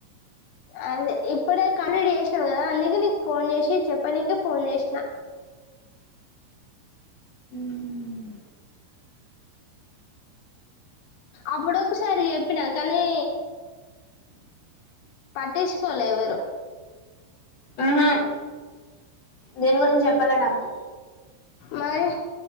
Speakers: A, on the left (about 85°); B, on the left (about 40°).
A: అదే ఇప్పుడే కంప్లీట్ చేసినావు కదా అందుకే నీకు ఫోన్ చేసి చెప్పనీకే ఫోన్ చేసినా
B: ఉమ్మ్
A: అప్పుడొకసారి చెప్పినా కానీ ట్టిచ్చుకోలే ఎవరు
B: ఆహా దేని గురించి చెప్పలా నాకు
A: మరి